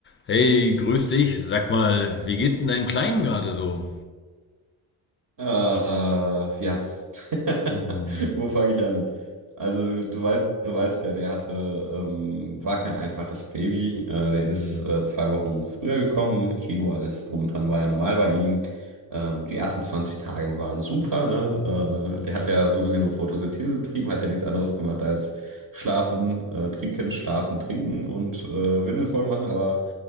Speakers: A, on the left; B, on the right.
A: Hey, grüß dich. Sag mal, wie geht's denn deinem Kleinen gerade so?
B: Äh, ja. <laughs>
A: Hm,
B: Wo fange ich an? Also, du weißt, du weißt ja, der hatte, ähm, war kein einfaches Baby. Äh, der
A: hm,
B: ist äh, zwei Wochen früher gekommen. Kilo, alles drum und dran war ja normal bei ihm. Ähm, die ersten 20 Tage waren super, ne? Äh, der
A: ja,
B: hat ja so gesehen nur Photosynthese betrieben, hat ja nichts anderes gemacht als schlafen, äh, trinken, schlafen, trinken und äh, Windel voll machen, aber